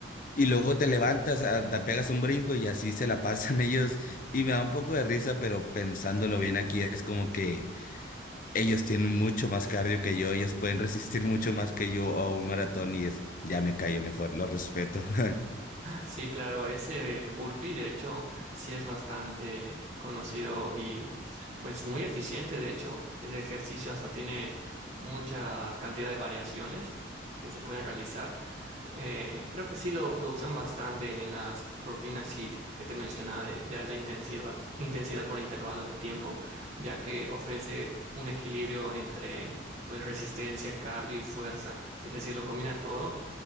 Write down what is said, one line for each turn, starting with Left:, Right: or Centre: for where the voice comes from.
Left: y luego te levantas, a- te pegas un brinco y así se la pasan <laughs> ellos, y me da un poco de risa, pero pensándolo bien aquí es como que ellos tienen mucho más cardio que yo, ellos pueden resistir <laughs> mucho más que yo a un maratón y es, ya me callo mejor, lo respeto. <laughs>
Right: Sí, claro, ese burpee de hecho sí es bastante conocido y pues muy eficiente de hecho. Ese ejercicio hasta tiene mucha cantidad de variaciones que se pueden realizar. Eh, creo que sí lo, lo usan bastante en las rutinas HIIT que te mencionaba de, de alta intensiva, intensidad por intervalos de tiempo, ya que ofrece un equilibrio entre pues resistencia, cardio y fuerza. Es decir, lo combina todo